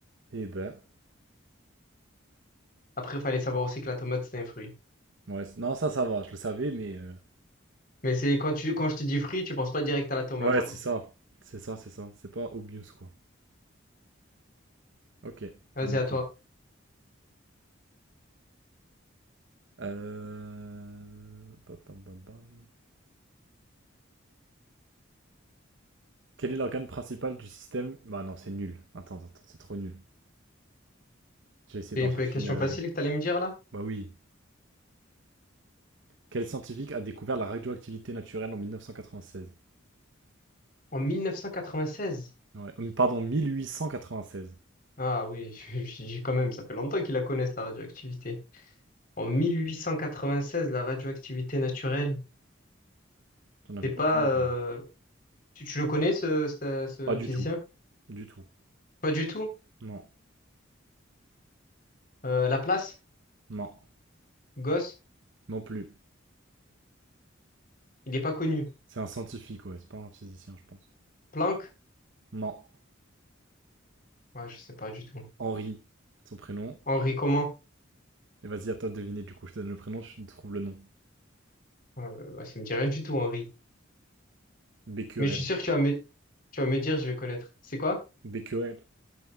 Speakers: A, on the right; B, on the left.
A: Eh ben.
B: Après, il fallait savoir aussi que la tomate, c'est un fruit.
A: Ouais, c'est- non, ça, ça va. Je le savais, mais. euh,
B: Mais c'est quand tu quand je te dis fruit, tu penses pas direct à la tomate,
A: Ouais,
B: quoi.
A: c'est ça. C'est ça, c'est ça. C'est pas obvious, quoi. Ok,
B: Vas-y,
A: à mon
B: à
A: tour.
B: toi.
A: Euh... pam, pam, pam, pam. Quel est l'organe principal du système? Bah non, c'est nul. Attends, attends, attends, c'est trop nul. J'ai essayé
B: C'est
A: d'en
B: une
A: chercher
B: pe- question
A: une. euh,
B: facile que t'allais me dire là?
A: Bah oui. Quel scientifique a découvert la radioactivité naturelle en 1996?
B: En 1996.
A: Ouais, hum, pardon, 1896.
B: Ah oui, <laughs> j'ai quand même, ça fait longtemps qu'ils la connaissent, la radioactivité. En 1896, la radioactivité naturelle,
A: J'en avais
B: c'est pas...
A: aucune idée.
B: euh, Tu, tu le connais, ce, ce, ce
A: Pas du
B: physicien?
A: tout. Du tout.
B: Pas du tout.
A: Non.
B: Euh, Laplace,
A: Non.
B: Gauss,
A: Non plus.
B: il n'est pas connu.
A: C'est un scientifique, ouais, c'est pas un physicien, je pense.
B: Planck?
A: Non,
B: Ouais, je sais pas du tout.
A: Henri, son prénom.
B: Henri comment?
A: Et vas-y, à toi de deviner, du coup, je te donne le prénom, je te trouve le nom.
B: Euh, bah, ça me dit rien du tout, Henri.
A: Becquerel.
B: Mais je suis sûr que tu vas me, tu vas me dire, je vais connaître. C'est quoi?
A: Becquerel.